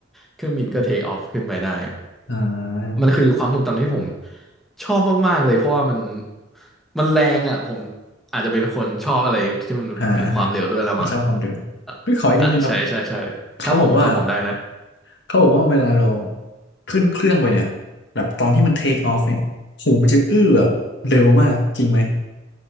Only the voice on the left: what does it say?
อ่า
อ่าอ่าฮะไม่ชอบความเร็ว
พี่ขออีกนิดนึงครับเขาบอกว่า เขาบอกว่าเวลาเราขึ้นเครื่องไปเนี่ยแบบตอนที่มันเทคออฟเนี่ยหูมันจะอื้อแบบเร็วมากจริงไหม